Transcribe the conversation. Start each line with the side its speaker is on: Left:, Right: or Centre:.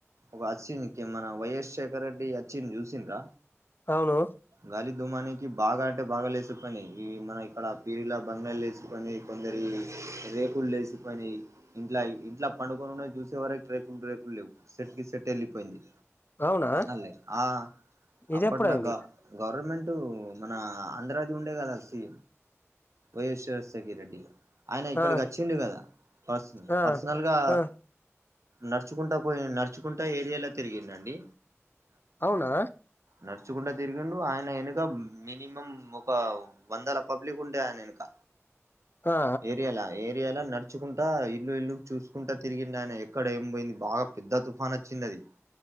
Right: ఒక నుంచి మన వైయస్ శేఖర రెడ్డి వచ్చింది చూసిండ్ర
Left: అవును
Right: గాలి దూమానికి బాగా అంటే బాగా లెసిపేనై ఇ మన అక్కడ పీరులా బంగాళ లేచిపోని కొందరి రేకులు లేలిచిపోని ఇంట్లా ఇంట్లా పడుకోని ఉన్నా చూసే వరకు రేకులు రేకులేవు సెట్ కి సెట్ వెళ్ళిపోయింది
Left: అవునా
Right: అలేే ఆ
Left: ఇది
Right: అప్పట్లాగా
Left: ఎప్పుడయింది
Right: గవర్నమెంట్ మన ఆంధ్రాది ఉండే కదా సి వైయస్ రాజశేఖర్ రెడ్డి ఆయన ఇక్కడికి
Left: ఆ
Right: వచ్చిడు కదా పర్సనల్
Left: ఆ
Right: పర్సనల్గా
Left: ఆ
Right: నడుచుకుంటా పోయి నడుచుకుంటా ఏరియాలో తిరిగిందండి
Left: అవునా
Right: నడుచకుంటడా తిరిగిండు ఆయన వెనుక మినిమం ఒక వందల పబ్లిక్ ఉంటయ్ ఆయనెనుకా
Left: ఆ
Right: ఏరియాలా ఏరియాలా నడుచుకుంటా ఇల్లు ఇల్లు చూసుకుంటా తిరిగిండు ఆయన ఎక్కడ ఏమ్ పోయింది బాగా. పెద్ద తుఫాన్ వచ్చింది అది